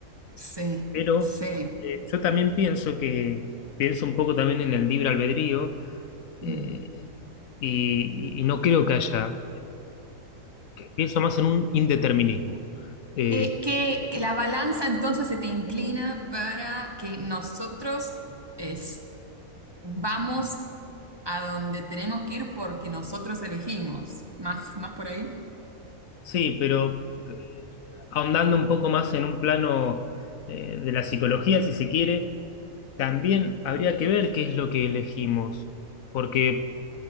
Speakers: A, on the right (about 20°); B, on the left (about 75°).
A: sí,
B: Pero
A: sí.
B: eh, yo también pienso que, pienso un poco también en el libre albedrío
A: Mm.
B: eh, y, y no creo que haya, que pienso más en un indeterminismo. Eh,
A: Que, que- que la balanza entonces se te inclina para que nosotros es, vamos a donde tenemos que ir porque nosotros elegimos. ¿Más, más por ahí?
B: sí, pero eh, ahondando un poco más en un plano eh, de la psicología, si se quiere, también habría que ver qué es lo que elegimos, porque